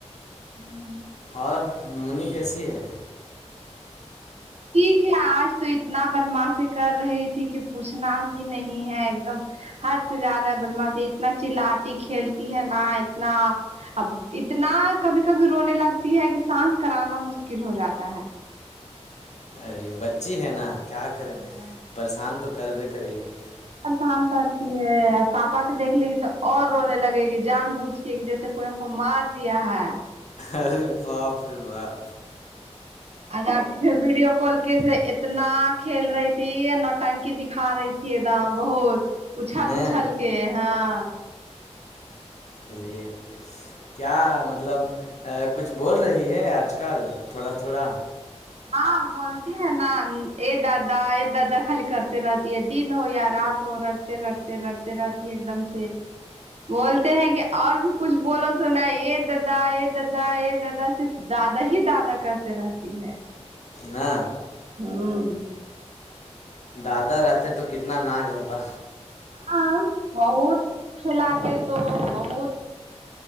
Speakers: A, on the right; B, on the left.
A: <inaudible>
B: اور منی کیسی ہے
A: ٹھیک ہے آج تو اتنا بدمعاشی کر رہی تھی کہ پوچھنا ہی نہیں ہے ایک دم حد سے زیادہ ہے بدمعاشی اتنا چلاتی کھیلتی ہے نا اتنا اب اتنا کبھی کبھی رونے لگتی ہے کہ شانت کرانا مشکل ہو جاتا ہے
B: رہ بچی ہے نا کیا کریں
A: ہاں
B: پریشان تو کر بھی کرے گی
A: پرشان کرتی ہے پاپا کے دیکھ لے گی تو اور رونے لگے گی جان بوجھ کے گی جیسے کوئی کو مار دیا ہے
B: ارے باپ رے باپ
A: عنہ کے پھر ویڈیو کال کے تھے اتنا کھیل رہی تھی نو ٹنکی دکھا رہی تھی یہ دام بہت اچھال
B: نے
A: اچھال کے ہاں
B: چلیے کیا مطلب کچھ بول رہی ہے آج کل تھوڑا تھوڑا
A: ہاں بولتی ہے نا اے دادا اے دادا خالی کرتے رہتی ہے دن ہو یا رات ہو ر رڑتے رڑتے رہتی ایک دم سے بولتے ہیں کہ اور بھی کچھ بولو تونا یہ دادا یہ دادا یہ دادا صرف دادا ہی دادا کرتے رہتی ہے
B: نہ
A: ہوں
B: دادا رہتے تو کتنا ناج ہوتا
A: ہاں بہت کھلاتے تو بہت